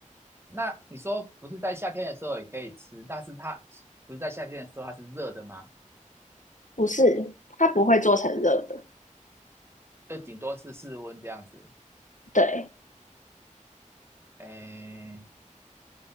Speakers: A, on the right (about 20°); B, on the left (about 70°).
A: 那你说不是在夏天的时候也可以吃，但是它不是在夏天的时候它是热的吗？
B: <laughs> 不是，它不会做成热的，
A: 就顶多是室温这样子。
B: 对。
A: 哎，